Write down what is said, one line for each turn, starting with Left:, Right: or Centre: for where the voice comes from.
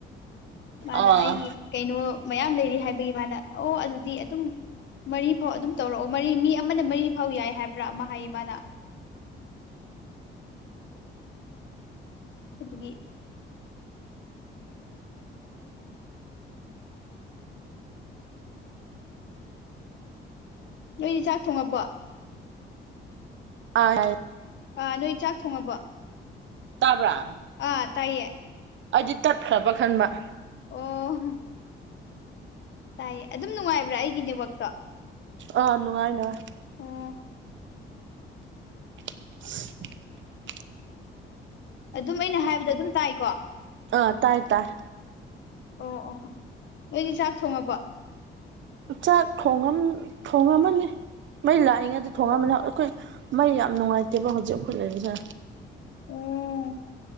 Left: ꯃꯥꯅ
Right: ꯑꯥ
Left: ꯑꯩꯒꯤ ꯀꯩꯅꯣ ꯃꯌꯥꯝ ꯂꯩꯔꯤ ꯍꯥꯏꯕꯒꯤ ꯃꯥꯅ ꯑꯣ ꯑꯗꯨꯗꯤ ꯑꯗꯨꯝ ꯃꯔꯤꯐꯥꯎ ꯑꯗꯨꯝ ꯇꯧꯔꯛꯑꯣ ꯃꯔꯤ ꯃꯤ ꯑꯃꯅ ꯃꯔꯤꯐꯥꯎ ꯌꯥꯏ ꯍꯥꯏꯕ꯭ꯔꯥ ꯃꯥ ꯍꯥꯏꯌꯦ ꯃꯥꯅ ꯑꯗꯨꯒꯤ ꯅꯣꯏꯗꯤ ꯆꯥꯛ ꯊꯣꯡꯉꯕꯣ
Right: ꯑꯥ ꯌꯥꯏꯌꯦ
Left: ꯑꯥ ꯅꯣꯏ ꯆꯥꯛ ꯊꯣꯡꯉꯕꯣ
Right: ꯇꯥꯕ꯭ꯔꯥ
Left: ꯑꯥ ꯇꯥꯏꯌꯦ
Right: ꯑꯩꯗꯤ ꯇꯠꯈ꯭ꯔꯕ ꯈꯟꯕ
Left: ꯑꯣ ꯇꯥꯏꯌꯦ ꯑꯗꯨꯝ ꯅꯨꯡꯉꯥꯏꯕ꯭ꯔ ꯑꯩꯒꯤ ꯅꯦꯠꯋꯥꯛꯇꯣ
Right: ꯑ ꯅꯨꯡꯉꯥꯏ ꯅꯨꯉꯥꯏ
Left: ꯑꯣ
Right: <inaudible>
Left: ꯑꯗꯨꯝ ꯑꯩꯅ ꯍꯥꯏꯕꯗꯣ ꯑꯗꯨꯝ ꯇꯥꯏꯀꯣ
Right: ꯑ ꯇꯥꯏ ꯇꯥꯢ
Left: ꯑꯣ ꯑꯣ ꯑꯣ ꯅꯣꯏꯗꯤ ꯆꯥꯛ ꯊꯣꯡꯉꯕꯣ
Right: ꯆꯥꯛ ꯊꯣꯡꯉꯝ ꯊꯣꯡꯉꯝꯃꯅꯤ ꯃꯩ ꯂꯥꯛꯏꯉꯩꯗ
Left: ꯑꯣ
Right: ꯊꯣꯡꯉꯝꯄꯅꯤ ꯑꯈꯣꯏ ꯃꯩ ꯌꯥꯝ ꯅꯨꯡꯉꯥꯏꯇꯦꯕ ꯍꯧꯖꯤꯛ ꯑꯈꯣꯏ ꯂꯩꯕꯖꯦ
Left: ꯑꯣ